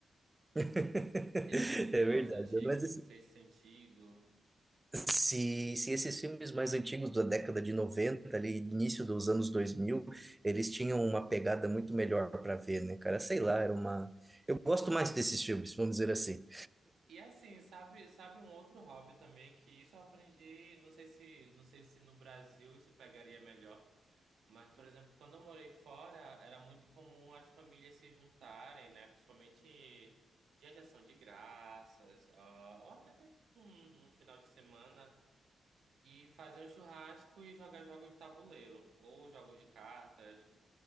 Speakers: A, on the right (about 15°); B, on the right (about 75°).
A: <laughs>
B: Aqueles filmes de terrores
A: É verdade.
B: antigos,
A: Mas
B: tipo
A: assim,
B: Sexto Sentido.
A: se, se esses filmes mais antigos da década de 90 ali, início dos anos 2000 eles tinham uma pegada muito melhor para ver, né, cara? Sei lá, era uma. Eu gosto mais desses filmes, vamos dizer assim.
B: E assim, sabe, sabe um outro hobby também que isso eu aprendi, não sei se, não sei se no Brasil isso pegaria melhor, mas por exemplo, quando eu morei fora, era muito comum as famílias se juntarem, né, principalmente dia de ação de graças, ah, ou até mesmo um, um final de semana e fazer um churrasco e jogar jogos de tabuleiro ou jogos de cartas,